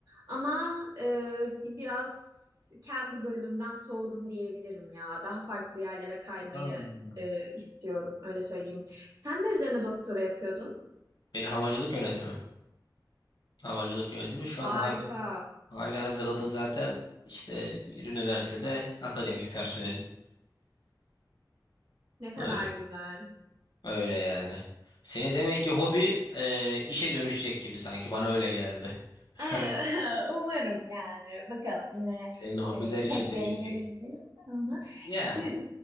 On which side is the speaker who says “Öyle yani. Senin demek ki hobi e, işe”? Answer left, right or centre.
Left